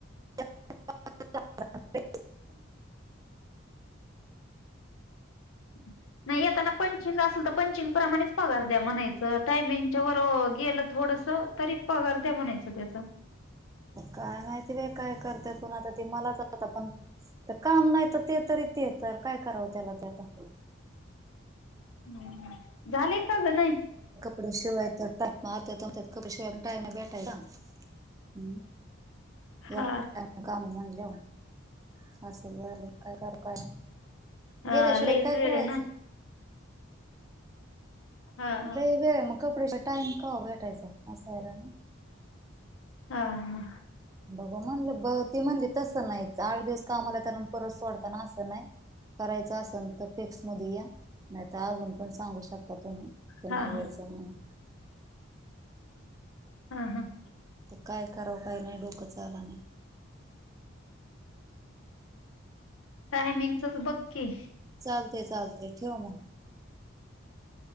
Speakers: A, on the right; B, on the left.
A: <unintelligible>
B: <unintelligible> नाही येताना पंचिंग असेल तर पंचिंग प्रमाणेच पगार द्या म्हणायचं टायमिंगच्या वर गेलं थोडस तरी पगार द्या म्हणायचं त्याच
A: काय माहिती रे काय करते कोण आता त मलाच आता पण तर काम नाही तर ते तरी ते तर काय करावं त्याला ते आता
B: <inaudible> झालेय का ग नाही
A: कडे शिवाय टाप आत खप शिवाय टाय नाही भेठाय ना हम् <inaudible> या
B: हा
A: काम <inaudible> असं झाल काय करताय मग?
B: हा
A: गेल्या शिवाय
B: लईच
A: काय
B: वेळ
A: कळायचं.
B: आहे ना हा हा
A: लई वेळ आहे. मग कपडे शिवायला टाइम कव्हा भेटायचा अस आहे ना.
B: हा हा,
A: बघू म्हणल. बघ म्हणते ती म्हणली तसं नाही आठ दिवस कामाला त्या परत सोडताना. नाही करायच असेल तर फिक्स मध्ये या नाही तर अजून पण सांगू शकता तुम्ही. कि
B: हा
A: नाही
B: हा
A: यायचं म्हणुन.
B: हम हम,
A: तर काय करावं काही नाही डोकं चालना.
B: टायमिंगचच बघ की,
A: चालते चालते ठेव मग,